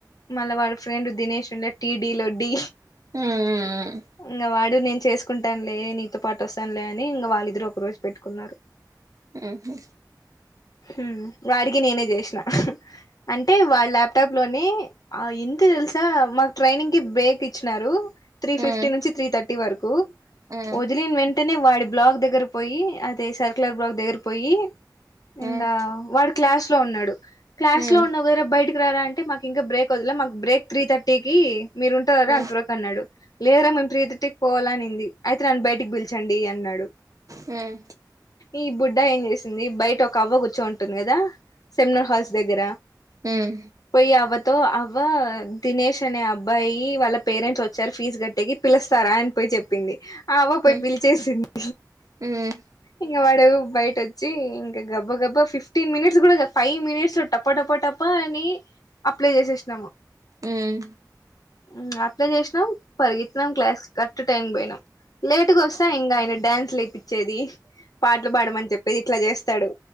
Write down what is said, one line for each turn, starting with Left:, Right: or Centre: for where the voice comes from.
Left: మళ్ళా వాళ్ళ ఫ్రెండ్ దినేష్ ఉండే టీడీ లో డ్డీ
Right: హ్మ్
Left: ఇంగ వాడు నేను చేసుకుంటానులే నీతో పాటు వస్తానులే అని ఇంగ వాళ్ళిద్దరు ఒక రోజు పెట్టుకున్నారు
Right: మ్మ్ హు
Left: మ్మ్ వాడికి నేనే చేసినా అంటే వాడి ల్యాప్టాప్ లోనే ఆ ఎంత తెలుసా మాకు ట్రైనింగ్ కి బేక్ ఇచ్చినారు త్రీ
Right: హ్మ్
Left: ఫిఫ్టీ నుంచి త్రీ థర్టీ వరకు
Right: హ్మ్
Left: వది లిన వెంటనే వాడి బ్లాక్ దగ్గర కి పోయి అదే సర్కులర్ బ్లాక్ దగ్గర పోయి
Right: హ్మ్
Left: ఇంగ వాడు క్లాస్ లో ఉన్నాడు క్లాస్
Right: హ్మ్
Left: లో ఉన్నావు కదర బయటకి రారా అంటే మాకు ఇంకా బ్రేక్ దలే మాకు బ్రేక్ త్రీ థర్టీ కి మీరు ఉంటారా
Right: హ్మ్
Left: అంతవరకు అన్నాడు లేరా మేము పత్రీ థర్టీ కి పోవాల అనింది అయితే నన్ను బయటికి పిలిచండి అన్నాడు
Right: హ్మ్
Left: ఈ బుడ్డ ఏం చేసింది బయట ఒక అవ్వ కూర్చో ఉంటుంది కదా సెమినార్ హాల్స్ దగ్గర
Right: మ్మ్
Left: పోయి అవ్వతో అవ్వ దినేష్ అనే అబ్బాయి వాళ్ళ పేరెంట్స్ వచ్చారు ఫీజు కట్టేకి పిలుస్తారా అని పోయి చెప్పింది ఆ అవ్వ
Right: హ్మ్
Left: పోయి పిలిచేసింది
Right: హ్మ్
Left: ఇంగ వాడు బయట వచ్చి ఇంకా గబ్బా గబ్బా ఫిఫ్టీన్ మినిట్స్ కూడా ఫైవ్ మినిట్స్ లో టప్ప టప్ప టప్ప ప అని అప్లై చేసేసినాము
Right: మ్మ్
Left: ఇంగ అట్ల చేసినాం పరిగెత్తినాం క్లాస్ కి కరెక్ట్ టైం కి పోయినాం లేటుగా వస్తె ఇంకా ఆయన డ్యాన్స్ లేపిచ్చేది పాటలు పాడమని చెప్పేది ఇట్ల చేస్తాడు